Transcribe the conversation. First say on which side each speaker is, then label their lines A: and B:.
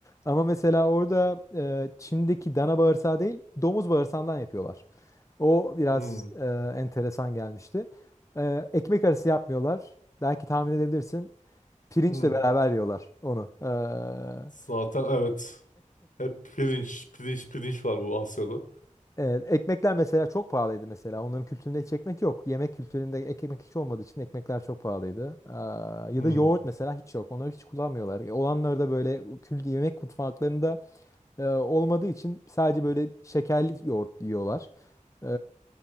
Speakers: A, on the left; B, on the left.
A: Ama mesela orada eee, Çin'deki dana bağırsağı değil domuz bağırsağından yapıyorlar. O biraz
B: Hmm.
A: eee, enteresan gelmişti. Eee, ekmek arası yapmıyorlar. Belki tahmin edebilirsin. Pirinçle
B: Hmm.
A: beraber yiyorlar onu. Eee,
B: Zaten evet. Hep pirinç, pirinç, pirinç var bu Asya'da.
A: evet, ekmekler mesela çok pahalıydı mesela. Onların kültüründe hiç ekmek yok. Yemek kültüründe ekmek hiç olmadığı için ekmekler çok pahalıydı. Eee,
B: Hmm.
A: ya da yoğurt mesela hiç yok. Onları hiç kullanmıyorlar. Olanları da böyle kült yemek mutfaklarında Ee, olmadığı için sadece böyle şekerli yoğurt yiyorlar. Ee,